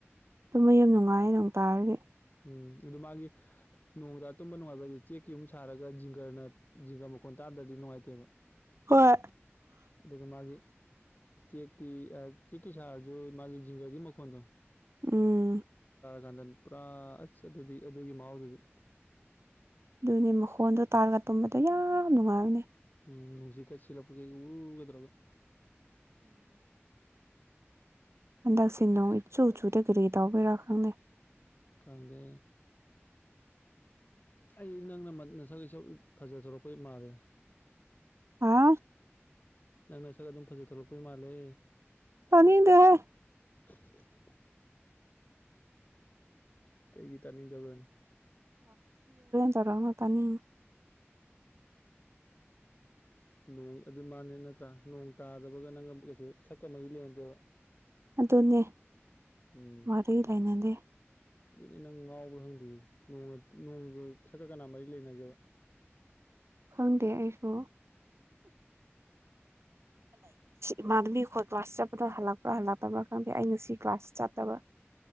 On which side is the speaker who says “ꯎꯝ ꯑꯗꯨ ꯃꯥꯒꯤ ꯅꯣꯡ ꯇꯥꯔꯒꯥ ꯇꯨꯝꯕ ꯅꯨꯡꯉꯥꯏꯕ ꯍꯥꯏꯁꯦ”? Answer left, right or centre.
Left